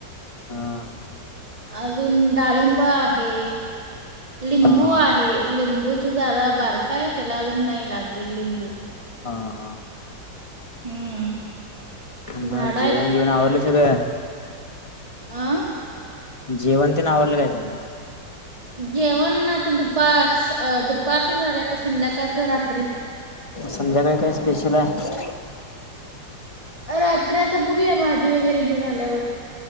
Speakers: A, on the left; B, on the right.
A: हा.
B: अजून डाळिंब आहे. लिंबू
A: हा हा
B: आहे लिंबू झाड बारक आहे त्याला अजून नाही लागले लिंबू
A: हा हा.
B: हम्म.
A: म
B: झाडं
A: आज जेवण बिवण आवरलं सगळं?
B: अह
A: जेवन तेन, आवरलं काय सगळ
B: जेवण आता, दुपास अह दुप फारसं झालं तर संध्याकाळचं रात्री
A: संध्याकाळी काय स्पेशल हाय?
B: रात्र तर बघूया भाजी वगैरे घेऊन आल्यावर